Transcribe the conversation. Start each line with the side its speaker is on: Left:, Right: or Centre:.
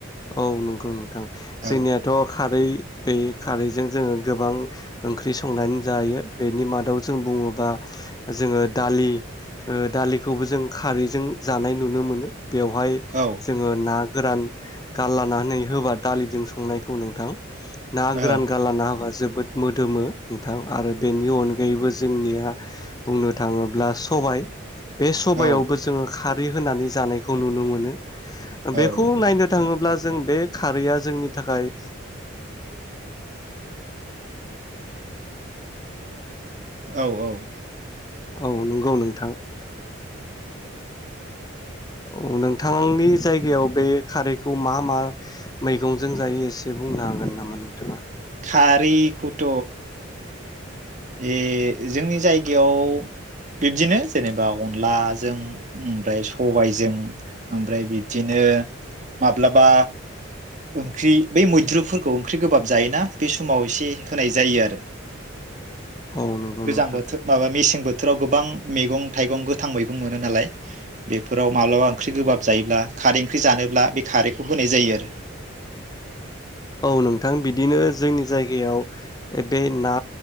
Left: औ नंगौ नोंथां जोंनियाथ'
Right: औ
Left: खारै बे खारैजों जोङो गोबां ओंख्रि संनानै जायो बेनि मादाव जों बुङोबा जोङो दालि दालिखौबो जों खारैजों जानाय नुनो मोनो। बेवहाय
Right: औ
Left: ना गोरान गारलानानै होबा दालिजों संनायखौ नोंथां ना गोरान
Right: औ
Left: गारलाना होबा जोबोद मोदोमो नोंथां आरो बेनि अनगायैबो जोंनिया बुंनो थाङोब्ला सबाय बे सबायावबो
Right: औ
Left: जोङो खाद बि होनानै जानायखौ नुनो मोनो बेखौ
Right: औ
Left: नायनो थाङो अब्ला जों बे खारैया जोंनि थाखाय
Right: औ औ
Left: औ नंगौ नोंथां। औ नोंथांनि जायगायाव बे खारैखौ मा मा मैगंजों जायो एसे बुंनो हागोन नामा नोंथाङा?
Right: खारिखौथ ए जोंनि जायगायाव बिब्दिनो जेनेबा अनला जों ओमबाय सबायजों ओमफ्राय बिब्दिनो माब्लाबा ओंख्रि बै मैद्रुफोर खौ ओंख्रि गोबाब जायोना बे समाव एसे होनाय जायो आरो
Left: औ नंगौ
Right: गोजां
Left: नोंथां
Right: बोथोर माबा मेसें बोथोराव गोबां मैगं थाइगं गोथां मैगं मोनो नालाय बेफोराव माब्लाबा ओंख्रि गोबाब जायोब्ला खारै ओंख्रि जानोब्ला बे खारैखौ होनाय जायो आरो
Left: औ नोंथां बिदिनो जोंनि जायगायाव ओ बे ना